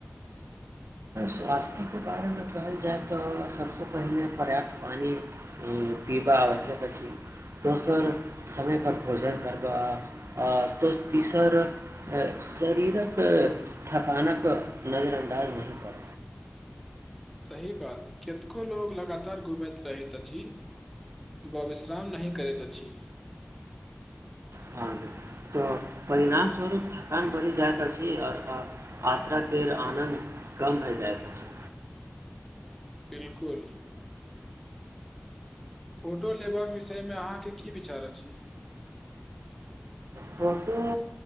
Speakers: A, on the right (about 80°); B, in the centre.
A: स्वास्थ्यकें बारेमे कहल जाइ त सबसँ पहिने पर्याप्त पानि पीबा आवश्यक अछि दोसर समय पर भोजन करबा आ तोस तीसर शरीरक थकानक नजरअन्दाज नहि कर
B: सही बात केतको लोग लगातार घूमैत रहैत अछि व विश्राम नहि करैत अछि
A: हँ तऽ परिणामस्वरूप थकान बढ़ि जाइत अछि आओर यात्राके आनन्द कम भए जाइत अछि
B: बिलकुल फोटो लेबाक विषयमे अहाँके की विचार अछि
A: फोटो